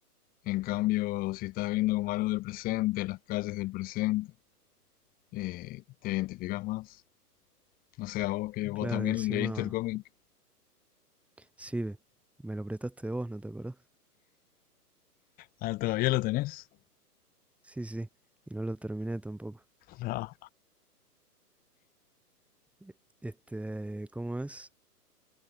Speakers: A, on the left (about 20°); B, in the centre.
A: En cambio, si estás viendo como algo del presente, las calles del presente, eh, te identificas más. No sé, a vos que vos
B: Claro,
A: también
B: y encima,
A: leíste el cómic.
B: sí, ve, me lo prestaste vos, ¿no te acordás?
A: Ah, ¿todavía lo tenés?
B: Sí, sí, y no lo terminé tampoco.
A: No,
B: E- Este, ¿cómo es?